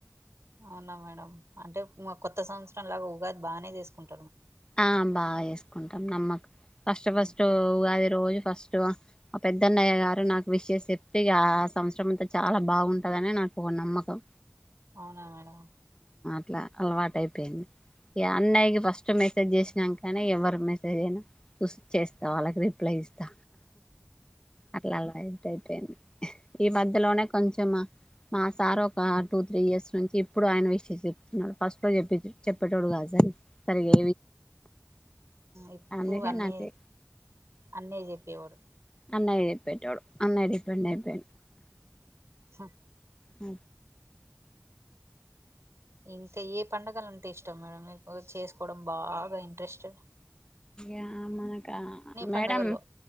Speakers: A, on the right; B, on the left.
A: అవునా మేడం అంటే కొత్త సంవత్సరం లాగా ఉగాది బాగానే చేసుకుంటా
B: ఆ బాగా చేేసుకుంటాం నమ్మక ఫస్ట్ ఫస్ట్గాది
A: ఉమ్,
B: రోజు ఫస్ట్ ఆ పెద్దన్నయ్య గారు నాకు విషేస్ చెప్తే ఆ సంవత్సరం అంతా చాలా బాగుంటది తనే నాకు ఒక నమ్మకం
A: అవునా మేడం
B: ఇట్లా అలవాటు అయిపోయింది ఈ అన్నయకి ఫస్ట్ మక్ మెసేజ్ చేసినా కానీ ఎవరు మెసేజ్ అయినా చూ చేస్తా వాళ్ళకి అప్ల ఇస్తా అట్లాలా ఏయి అ ఈ మధ్యలోనే కొంచెము మా సార్ ఒక టూ త్రీ ఇయర్స్ నుంచి ఇప్పుడు ఆయన విషయం చెప్తున్నాడు ఫస్ట్ లో చెప్ప చెప్పేటోడు కాదుా సరిగే
A: ఇప్పుడు
B: అందుకే
A: అన్నీ
B: నాకు
A: అన్నయ చెప్పేవాడు
B: అన్నయా చెప్పేటొదు అన్నయా డిపెండ్ అయిపో
A: హ
B: హ
A: ఇంకా ఏ పండగలు అంటే ఇష్టం మేడం మీకు చేసుకోవడం బాగా ఇంట్రెస్ట్డ్
B: అ అమానాకా మేడం
A: పండుగల్లో